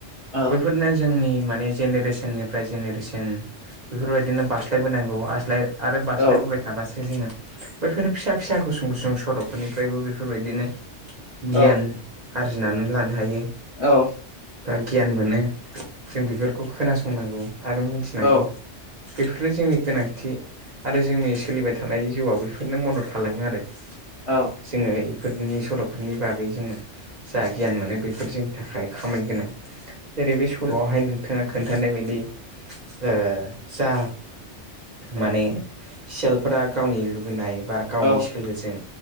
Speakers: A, on the left; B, on the right.
A: औ
B: बैफोरनो जोंनि माने जेनेरेसननिफ्राय जेनेरेसन एन बेफोरबायदिनो बास्लायबोनांगौ आसलाय आरो बास्लायबोबाय
A: औ
B: थाबासो जोङो बेफोर फिसा फिसा गुसुं गुसुं सल'फोरनिफ्रायबो बेफोरबायदिनो गियान
A: औ
B: आरजिनानै लानो हायो।
A: औ
B: बा गियान मोनो जों बेफोरखौ खोनासंनांगौ आरो मिथिनांगौ
A: औ
B: बेफोरनो जोंनि गोनांथि आरो जोंनि सोलिबाय थानाय जिउआव बेफोरनो मदद खालामो आरो
A: औ
B: जोङो बेफोरनि सल'फोरनि बागै जों जा गियान मोनो बेफोरजों थाखाय खामानि गोनां जेरै बे सल'आवहाय नोंथाङा खोन्थानाय बायदि ओ जा माने सेलफोरा गावनि लुबैनाय बा गावनि
A: औ
B: सोलोजों